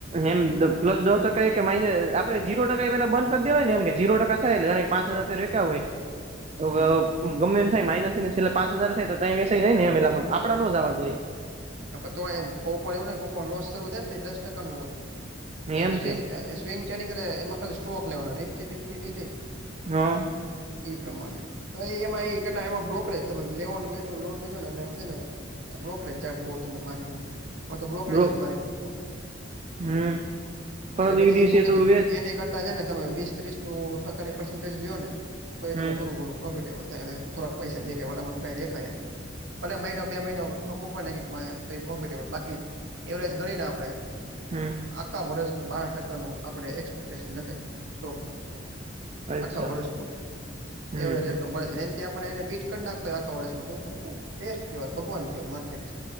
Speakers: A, on the right; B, on the right.
A: એમ પ્લસ દ ટકા એ કે માઇનસ આપડે જીરો ટકા એ પેલા બંધ કરી દેવાય ને એમ કે જીરો ટકા થાય જ્યારે પાચ હજાર રોકયા હોય તો
B: હમ
A: ગમે થાય માઇનસ છેલ્લા પાચ હજાર થાય તો વે થાય ને એ આપડા નો જવા જોઈએ.
B: તો કોકવાર એવું કોકવાર લોસ થાય ને દસ ટકા નો હોય જ્યારે
A: એમ
B: સ્વિંગ
A: છે
B: સ્વિંગ ચેટિંગ એમાં ખાલી સ્ટોક લેવાનો નિફ્ટી ફિફ્ટી ઈ નઈ
A: હા.
B: એ પ્રમાણે એમાં કેટલા એમાં કેટલા બ્રોકરેજ તમેેે લોન વેચો ને એટલે છે ને બોકરેજ ચાર્જ તમને તમને બઉ મારી નાખે માર તો બ્રોકરેજ
A: બ્રો
B: મારી નાયખો
A: હમ
B: એટલે
A: પણ
B: પછી
A: દિવસે
B: એ મૂકીધુ
A: તું વેચ
B: એની કર ને તમે વીસ ત્રીસ નું ટકાની પર્સેન્ટેગ લો ને તો ઈ
A: હમ
B: થોડું ઘણું પ્રોફિટેબલ થાય અને થોડાક પૈસા દેખાય ઓલમા તો કાઈ દેખાય જ નહી પેલા મહિના બે મહિનો અમુક <unintelligible> પ્રોફિટેબલ બાકી એવરેજ ગણીને આપડે
A: હમ
B: આખું એક વર્ષનું બાર ટકાનું આપણે એક્સપેક્ટેશના થાય સ્ટોક માકેર્ટમાંથી
A: અચ્છા
B: આખા વર્ષનું
A: હમ
B: એવરેજ
A: હમ
B: એટલું મળે છે ને ત્યાં આપને બીટ કરી નાખતા હોય આખા વર્ષમાં તો બેસ્ટ કવાય ભગવાન કેવાય માર્કેટ